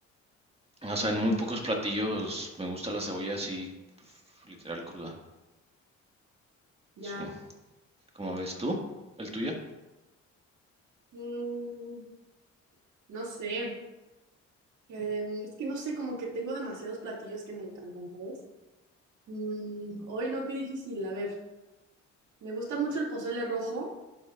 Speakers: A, on the right; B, on the right.
A: o sea, en muy pocos platillos me gusta la cebolla así, pues, literal cruda.
B: Ya.
A: Sí. como ves tú, el tuyo.
B: Mm, no sé. Em, es que no sé, como que tengo demasiados platillos que me encantan, ¿sabes? Mm, hoy no, qué difícil. A ver, me gusta mucho el pozole rojo,